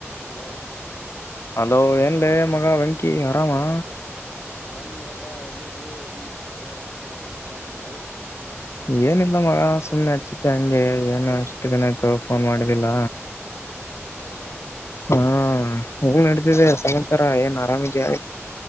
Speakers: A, on the left; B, on the left.
A: Hello
B: hello ಏನ್ಲ ಮಗ ವೆಂಕ ಆರಾಮಾ
A: ಆರಾಮ್ ನೋಡಪ್ಪ ಎಲ್ಲಿದ್ದಿ ಏನು ಮಾಡ್ತಿದ್ದೀ ಏನು ಭಾಳ ದಿವಸಕ್ಕೆ ಕಾಲ್ ಮಾಡಿದ್ದಿ
B: ಏನಿಲ್ಲ ಮಗ ಸುಮ್ಮನೆ ಹಚ್ಚಿತ್ತು ಹಂಗೆ ಏನು ಅಷ್ಟ ಎಷ್ಟ ದಿನ ಆಯ್ತು ಫೋನ್ ಮಾಡಿದ್ದಿಲ್ಲ
A: ಹೌದಾ
B: ಹ್ಮ ಹೆಂಗ ನಡತಿದೆ ಸಮಾಚಾರ ಏನ್ ಅರಮೈದಯ